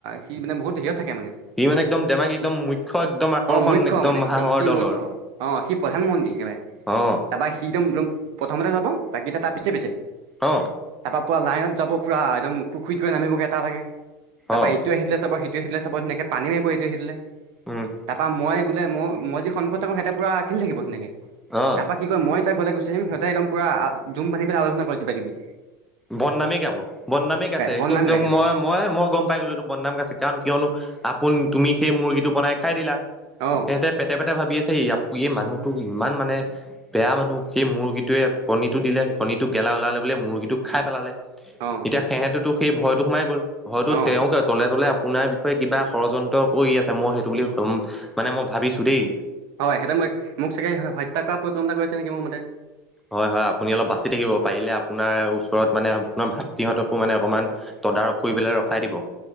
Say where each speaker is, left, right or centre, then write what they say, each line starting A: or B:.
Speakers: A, on the right (about 60°); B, in the centre.
A: সি মানে বহুত সেত থাকে মানে
B: ই মানে একদম ধেমাজি একদম মুখ্য একদম আকৰ্ষণ
A: অ মুখ্য মানে সি একদম
B: হাঁহৰ
A: সি
B: দলৰ
A: মুখ্য অ সি প্ৰধানমন্ত্ৰী একেবাৰে
B: অ
A: তাৰপা সিদম ৰুম প্ৰথমতে যাব বাকী এটা তাৰ পিছে পিছে
B: অ
A: ত পুৰা লাইনত যাব পুৰা এদম পুখুৰি গৈ নামিবগে এটা এটা কে তাৰপা
B: অ
A: ইটোয়ে সিটোলে চাব ইটোয়ে সিটোলে চাব ধুনিয়াকে পানী মাৰিব ইটোয়ে সিটোলে
B: উম
A: তাৰপা মই বোলে মই মই যি সন্মুখত থাকো হেতে পোৰা খেলি থাকিব ধুনিয়া কে
B: অ
A: তাৰপা কি কয় মই যি ঘলে গইছিলি সিহঁতিপোৰা জুম বান্ধি পেলাই আলোচনা কৰে কিবাকিবি
B: বননামে গাব বনামে গাইছে একদম
A: বদনাম গায় সিহঁতে
B: মই মই মই গম পাই গলো এইটো বনাম গাইছে কাৰণ কিয়নো আপোন তুমি সেই মুৰ্গীটো বনাই খাই দিলা
A: অ
B: সিহঁতে পেটে পেটে ভাবি আছে য় এই মানুহটোক ইমান মানে বেয়া মানুহ সেই মুৰ্গীটোৱে কণীটো দিলে সেই কণীটো গেলা ওলালে বুলিয়ে মূৰ্গীটোক খাই পেলালে
A: অ
B: এতিয়া সিহেঁতো সেই ভয়তো সোমাই গ'ল ভয়তো
A: অ
B: তেওঁ গাত তলে তলে আপোনাৰ বিষয়ে কিবা ষড়যন্ত্ৰ কৰি আছে মই সেইটো বুলি কম মানে মই ভাবিছোঁ দেই
A: হয় সিহঁতে মই মোক চাগে হত্যা কৰা পৰিকল্পনা কৰিছে নেকি মোৰ মতে
B: হয় হয় আপুনি অলপ বাচি থাকিব পাৰিলে আপোনাৰ ওচৰত মানে আপোনাৰ ভাতৃহঁতকো মানে অকমান তদাৰক কৰি পেলাই ৰখাই দিব